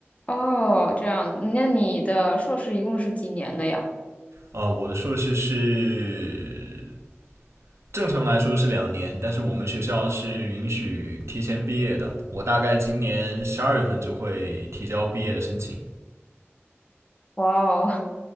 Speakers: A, on the left; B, on the right.
A: 哦，这样子，那你的硕士一共是几年的呀？
B: 呃，我的硕士是正常来说是两年，但是我们学校是允许提前毕业的。我大概今年十二月份就会提交毕业的申请。
A: 哇哦，